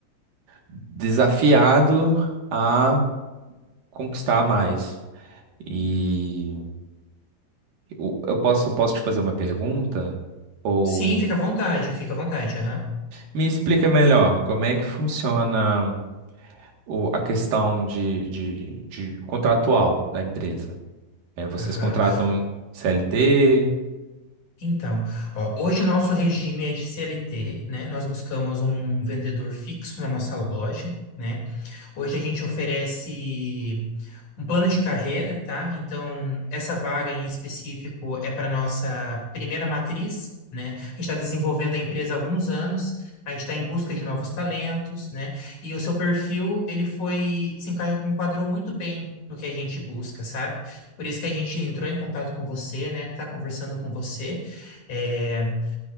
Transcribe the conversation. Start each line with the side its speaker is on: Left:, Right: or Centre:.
Right: desafiado. a conquistar mais. E eu eu posso, posso te fazer uma pergunta? Ou
Left: Sim, fica à vontade, fica à vontade. Aham.
Right: me explica melhor como é que funciona o, a questão de, de, de contratual da empresa. É, vocês
Left: Aham.
Right: contratam CLT,
Left: Então, ó, hoje nosso regime é de CLT, né? Nós buscamos um vendedor fixo na nossa loja, né? Hoje a gente oferece um plano de carreira, tá? Então, essa vaga em específico é para nossa primeira matriz, né? A gente está desenvolvendo a empresa há alguns anos, a gente está em busca de novos talentos, né? E o seu perfil, ele foi, se enca- enquadrou muito bem no que a gente busca, sabe? Por isso que a gente entrou em contato com você, né? Está conversando com você. É,